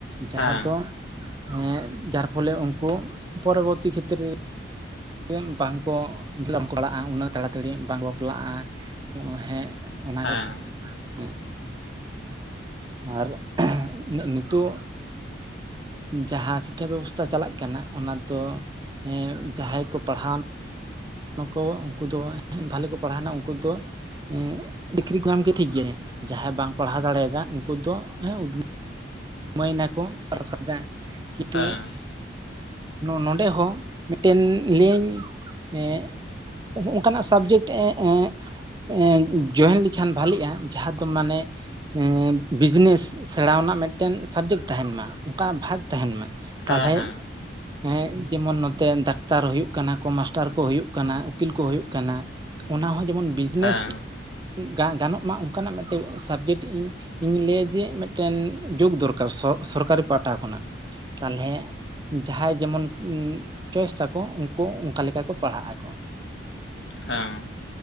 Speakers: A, on the right; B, on the left.
A: ᱡᱟᱦᱟ
B: ᱦᱮᱸ
A: ᱫᱚ ᱮᱸ ᱡᱟᱨ ᱯᱚᱞᱮ ᱩᱱᱠᱩ ᱯᱚᱨᱚᱵᱚᱨᱛᱤ ᱠᱷᱮᱛᱨᱮ᱾ ᱨᱮᱱ ᱵᱟᱝᱠᱚ <unintelligible> ᱩᱱᱟᱹᱜ ᱛᱟᱲᱟᱛᱟᱹᱲᱤ ᱵᱟᱝ ᱵᱟᱯᱞᱟᱜᱼᱟ ᱦᱮᱸ᱾ ᱚᱱᱟ
B: ᱦᱮᱸ
A: ᱠᱷᱟᱹᱛᱤ ᱦᱮᱸ᱾ ᱟᱨ ᱤᱱᱟᱹᱜ ᱱᱤᱛᱩᱜ ᱡᱟᱦᱟ ᱥᱤᱠᱠᱷᱟ ᱵᱮᱵᱚᱥᱛᱟ ᱪᱟᱞᱟᱜ ᱠᱟᱱᱟ ᱚᱱᱟ ᱫᱚ ᱮᱸ ᱡᱟᱦᱟᱸᱭ ᱠᱚ ᱯᱟᱲᱦᱟᱣ ᱮᱱᱟ ᱠᱚ ᱩᱱᱠᱩ ᱫᱚ ᱦᱟᱸᱜ ᱵᱷᱟᱞᱮ ᱠᱚ ᱯᱟᱲᱦᱟᱣ ᱮᱱᱟ ᱩᱱᱠᱩ ᱫᱚ ᱮᱸ ᱰᱤᱠᱨᱤ ᱠᱚ ᱧᱟᱢ ᱠᱮᱜ-ᱟ ᱴᱷᱤᱠ ᱡᱟᱦᱟᱸᱭ ᱵᱟᱝ ᱯᱟᱲᱦᱟᱣ ᱫᱟᱲᱮᱭᱟᱫᱟ ᱩᱱᱠᱩ ᱫᱚ ᱦᱮᱸ ᱩᱫᱽ ᱢᱟᱹᱭ ᱮᱱᱟ ᱠᱚ ᱟᱨ <unintelligible> ᱠᱤᱛᱩ-
B: ᱦᱮᱸ
A: ᱱᱚᱸᱰᱮ ᱦᱚᱸ ᱢᱤᱫᱴᱮᱱ ᱞᱟᱹᱭ ᱤᱧ ᱮᱸ ᱱᱚᱜ-ᱚ ᱱᱚᱝᱠᱟᱱᱟᱜ ᱥᱟᱵᱡᱮᱠᱴ ᱮᱸ ᱮᱸ ᱮᱸ ᱡᱚᱭᱮᱱ ᱞᱮᱠᱷᱟᱱ ᱵᱷᱟᱞᱤᱜᱼᱟ ᱡᱟᱦᱟ ᱫᱚ ᱢᱟᱱᱮ ᱮᱸ ᱵᱤᱡᱱᱮᱥ ᱥᱮᱬᱟᱣ ᱟᱱᱟᱜ ᱢᱤᱫ ᱴᱮᱱ ᱥᱟᱵᱡᱮᱠᱴ ᱛᱟᱦᱮᱸᱱ ᱢᱟ ᱚᱱᱠᱟᱱᱟᱜ ᱵᱷᱟᱜ ᱛᱟᱦᱮᱸᱱ ᱢᱟ ᱛᱟᱞᱦᱮ
B: ᱦᱮᱸ ᱦᱮᱸ
A: ᱦᱮᱸ ᱡᱮᱢᱚᱱ ᱱᱚᱛᱮ ᱰᱟᱠᱛᱟᱨ ᱦᱩᱭᱩᱜ ᱠᱟᱱᱟ ᱠᱚ ᱢᱟᱥᱴᱟᱨ ᱠᱚ ᱦᱩᱭᱩᱜ ᱠᱟᱱᱟ ᱩᱠᱤᱞ ᱠᱚ ᱦᱩᱭᱩᱜ ᱠᱟᱱᱟ᱾ ᱚᱱᱟ ᱦᱚᱸ ᱡᱮᱢᱚᱱ ᱵᱤᱡᱽᱱᱮᱥ
B: ᱦᱮᱸ
A: ᱜᱟ ᱜᱟᱱᱚᱜ ᱢᱟ ᱚᱱᱠᱟᱱᱟᱜ ᱢᱤᱫᱴᱮᱡ ᱥᱟᱵᱡᱮᱠᱴ ᱤᱧ ᱤᱧ ᱞᱟᱹᱭᱟ ᱡᱮ ᱢᱤᱫᱴᱮᱱ ᱡᱳᱜ ᱫᱚᱨᱠᱟᱨ ᱥᱚ ᱥᱚᱨᱠᱟᱨᱤ ᱯᱟᱦᱟᱴᱟ ᱠᱷᱚᱱᱟᱜ ᱛᱟᱞᱦᱮ ᱡᱟᱦᱟᱸᱭ ᱡᱮᱢᱚᱱ ᱪᱚᱭᱮᱥ ᱛᱟᱠᱚ ᱩᱱᱠᱩ ᱚᱱᱠᱟ ᱞᱮᱠᱟ ᱠᱚ ᱯᱟᱲᱦᱟᱜ ᱟᱠᱚ᱾ <unintelligible>
B: ᱦᱮᱸ